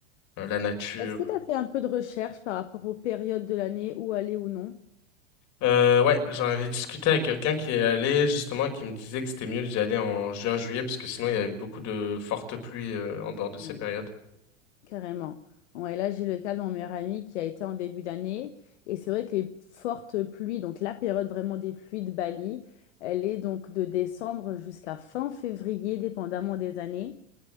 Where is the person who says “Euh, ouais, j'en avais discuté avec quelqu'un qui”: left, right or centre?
Left